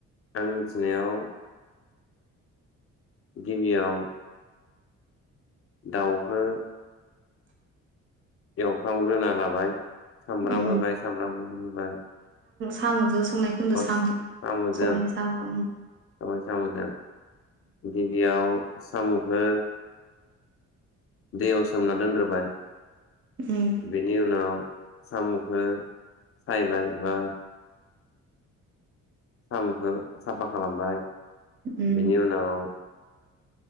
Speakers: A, on the left; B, on the right.
A: आं मिथिनायाव गिबियाव दाउखो एवफ्रामग्रोना लाबाय सामब्राम
B: उम
A: होबाय सामब्राम गफुर होबाय
B: सामु'जों संनायखौ होनदों
A: प्लास
B: सामु
A: साम'जों
B: सबायजों सामु। '
A: सबाय साम'जों गिबियाव साम'खौ दैयाव सोमना दोनग्रोबाय।
B: उम
A: बेनि उनाव साम'खौ सायबाय बा साम'खौ साफा खालामबाय
B: उम
A: बिनि उनाव